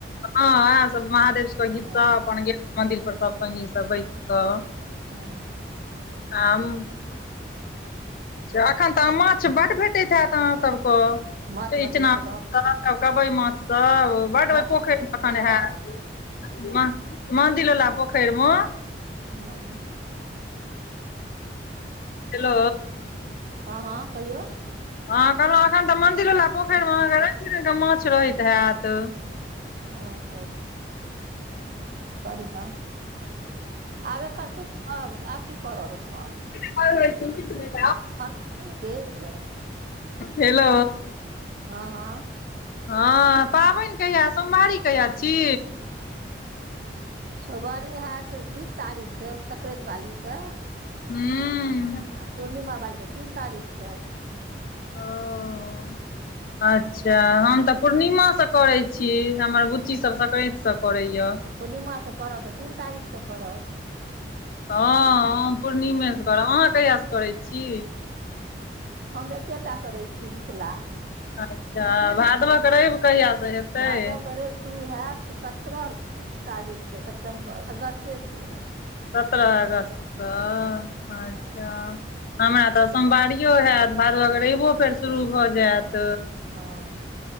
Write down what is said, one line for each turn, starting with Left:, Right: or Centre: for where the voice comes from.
Left: हँ उएह सब महादेव सबके गीत
Right: हँ
Left: सब अपन गेलौं मन्दिर पर सब संगी सब बैस क
Right: हँ
Left: आम एखन तऽ माछ बड्ड भेटैत हैत अहाँ सभके
Right: माछ
Left: से
Right: बनबै
Left: इचना
Right: छलहुँ
Left: कबय मांछ सब बड
Right: माछो
Left: ओय पोखैड़
Right: बनबै
Left: में अखन
Right: छलहुँ
Left: हैत म मन्दिरवला पोखरि में
Right: मन्दिर
Left: हेलो
Right: हँ हँ कहियौ
Left: हाँ कहलोअ एखन त मंदिर बला पोखरि
Right: हँ
Left: मे अहाँके रंग बिरंग के माछ रहैत हैत
Right: आओर सब बढ़िआँ आब एखन सुतब आब की करब एखन
Left: घ होै त
Right: आओर भ गेल
Left: हेलो।
Right: हँ अ
Left: हँ पाबैन कहिया सोमवारी कहिया छी
Right: सोमवारी हैत बीस तारीख से संक्रैत वाली के
Left: हूँ
Right: आ पूर्णिमा बाली छै, तीन तारीख के
Left: हँ अ अच्छा हम त पूर्णिमा सँ करय छी, हमर बुच्ची सब संक्रान्ति से करैया
Right: पूर्णिमा सँ करब त तीन तारीख सँ करब
Left: हाँ हम पूर्णिमे सँ करब अहाँ कहिया सँ करैत छी
Right: हम एकेटा करैत छी बिचला
Left: अच्छा भादवक रवि कहिआसँ हेतैय
Right: भादव करब शुरू हैत सत्रह तारीख से सेपटेम्बर अगस्ते से
Left: सत्ररह अगस्तसँ अच्छा
Right: हँ
Left: हमरा त सोमवारियो होयत भादव के रैबो फेर शुरू भ जाइत
Right: हँ